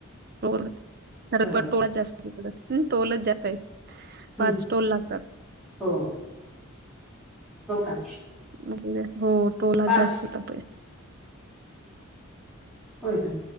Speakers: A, on the right (about 45°); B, in the centre.
A: खर
B: बरोबर
A: टोळच जास्त आहे टोलच जास्त आहे पाच
B: हम्म
A: टोल लागतात
B: हो हो का
A: वगे हो टोलात
B: पाच
A: जास्तपै
B: होय का?